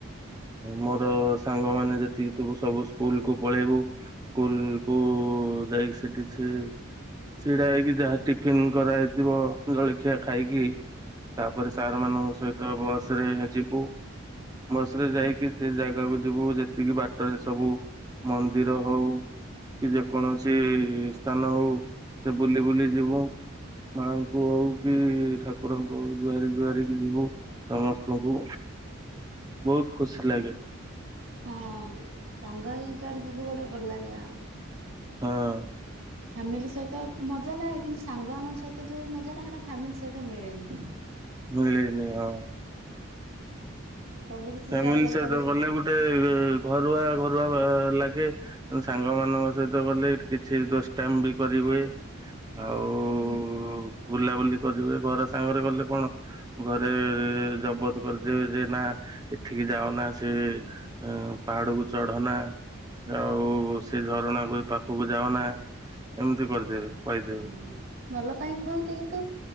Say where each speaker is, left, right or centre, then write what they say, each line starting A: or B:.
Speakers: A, on the right (about 20°); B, on the right (about 80°).
A: ମୋର ସାଙ୍ଗମାନେ ଯେତିକି ଥିବୁ ସବୁ ସ୍କୁଲ କୁ ପଳେଇବୁ ସ୍କୁଲ କୁ ଯାଇକି ସେଠି ସେ ଛିଡା ହେଇକି ଯାହା ଟିଫିିନ କରାହେଇଥିବ ଜଳଖିଆ ଖାଇକି। ତାପରେ ସାର୍ ମାନଙ୍କ ସହିତ ବସରେ ଯିବୁ
B: <unintelligible>
A: ବସରେ ଯାଇକି ସେ ଜାଗାକୁ ଯିବୁ ଯେତିକି ବାଟରେ ସବୁ ମନ୍ଦିର ହଉ। କି ଯେ କୌଣସି ସ୍ଥାନ ହଉ ସେ ବୁଲି ବୁଲି ଯିବୁ। ମାଙ୍କୁ ହଉ କି ଠାକୁରଙ୍କୁ ହଉ ଜୁଆରି ଜୁଆରିକି ଯିବୁ। ସମସ୍ତଙ୍କୁ ବହୁତୁ ଖୁସି ଲାଗେ।
B: ହଁ ସାଙ୍ଗହେଇକି ଯୁଆଡେ ଯିବୁ ଗୋଟେ ଭଲ ଲାଗେ ଆଉ
A: ହଁ
B: ଫ୍ୟାମିଲି ସହିତ ମଜା ଲାଗେ କିନ୍ତୁ ସାଙ୍ଗମାନଙ୍କ ସହିତ ଯୋଉ ମଜାଟା ସେଟା ଫ୍ୟାମିଲି ସହିତ ମିଳେନି।
A: ମିିଳେନି ହଁ।
B: ସବୁ କିଛି
A: ଫ୍ୟାମିଲି
B: ସେୟାର କରିପାରିବୁ
A: ସହିତ
B: ସାଙ୍ଗ
A: ଗଲେ
B: ସାଥି।
A: ଗୋଟେ ଘରୁଆ ଘରୁଆ ଲାଗେ। ତେଣୁ ସାଙ୍ଗ ମାନଙ୍କ ସହିତ ଗଲେ କିଛି ଦୁଷ୍ଟାମୀବି କରି ହୁଏ ଆଉ
B: ହୁଁ।
A: ହଉ ବୁଲାବୁଲି କରିବୁ ଏ ଘର ସାଙ୍ଗରେ ଗଲେ କଣ। ଘରେ ଜବତ କରିଦେବେ ଯେ ନା। ଏଠିକି ଯାଉନା ସେ ଏ ପାହାଡକୁ ଚଢନା। ଆଉ ସେଇ ଝରଣାକୁ ପାଖକୁ ଯାାଉନା ଏମିତି କରିଦେବେ କହିଦେବେ।
B: ହୁଁ ଭଲ ପାଇଁ କୁହନ୍ତି କିନ୍ତୁ